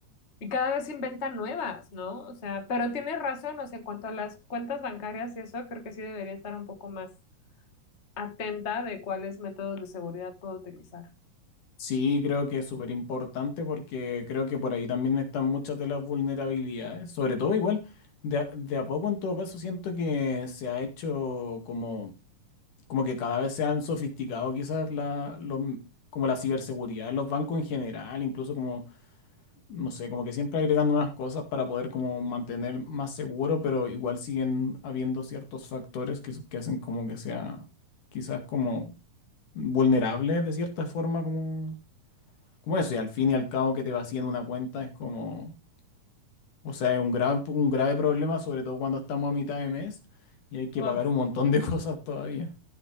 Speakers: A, on the left; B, on the left.
A: Y cada vez inventan nuevas, ¿no? O sea, pero tienes razón, o sea, en cuanto a las cuentas bancarias y eso, creo que sí debería estar un poco más atenta de cuáles métodos de seguridad puedo utilizar.
B: Sí, creo que es súper importante porque creo que por ahí también están muchas de las vulnerabilidades, sobre todo igual, de a, de a poco en todo caso siento que se ha hecho como, como que cada vez se han sofisticado quizás la, los m- como la ciberseguridad de los bancos en general, incluso como, no sé, como que siempre agregan nuevas cosas para poder como mantener más seguro, pero igual siguen habiendo ciertos factores que, s- que hacen como que sea quizás como vulnerable de cierta forma como... Como eso, y al fin y al cabo que te vacíen una cuenta es como, o sea, es un grave, un grave problema, sobre todo cuando estamos a mitad de mes y hay que
A: Uf,
B: pagar un montón de <laughs> cosas todavía,